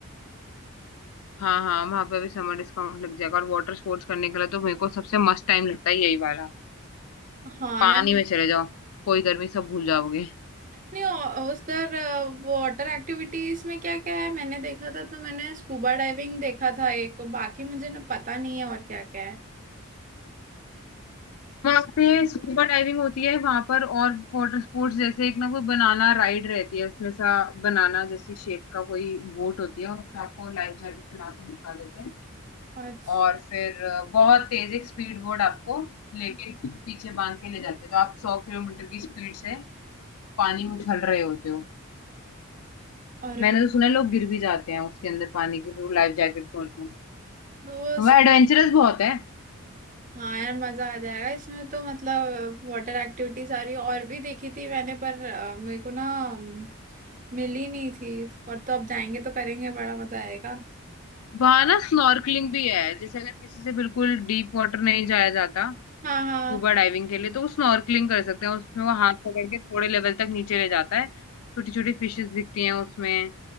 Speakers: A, on the left; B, on the right.
A: हाँ हाँ वहां पे भी समर डिस्काउंट लग जाएगा और वाटर स्पोर्ट्स करने के लिए तो मेरे को सबसे मस्त टाइम लगता है यही वाला
B: हाँ
A: पानी
B: यार
A: में चले जाओ कोई गर्मी सब भूल जाओगे
B: नहीं औ- उधर अ, वो वाटर एक्टिविटीज में क्या क्या है मैंने देखा था तो मैंने स्कूबा डाइविंग देखा था एक बाकी मुझे ना पता नहीं है और क्या क्या है
A: वहां पे स्कूबा डाइविंग होती है वहां पर और वाटर स्पोर्ट्स जैसे एक ना कोई बनाना राइड रहती है उसमें सा बनाना जैसी शेप का कोई बोट होती है उसमें आपको लाइफ जैकेट बना के बिठा देते हैं
B: अच्छा
A: और फिर अ, बहुत तेज एक स्पीड बोर्ड आपको लेके पीछे बांध के ले जाते हैं तो आप सौ किलोमीटर की स्पीड से पानी में उछल रहे होते हो
B: अरे
A: मैंने
B: वाह।
A: तो सुना है लोग गिर भी जाते हैं उसके अंदर पानी के थ्रू लाइफ जैकेट खोलते हैं
B: तो वो
A: तो वह
B: से-
A: एडवेंचरस बहुत है
B: हाँ यार मजा आ जाएगा इसमें तो मतलब वाटर एक्टिविटी सारी और भी देखी थी मैंने पर अ, मेरे को ना अम, मिली नहीं थी और तो अब जाएंगे तो करेंगे बड़ा मजा आएगा
A: वहां ना स्नॉर्कलिंग भी है जैसे अगर किसी से बिल्कुल डीप वाटर नहीं जाया जाता
B: हाँ हाँ
A: स्कूबा डाइविंग के लिए तो वो स्नॉर्कलिंग कर सकते हैं उसमें वो हाथ पकड़ के थोड़े लेवल तक नीचे ले जाता है छोटी छोटी फिशेस दिखती हैं उसमें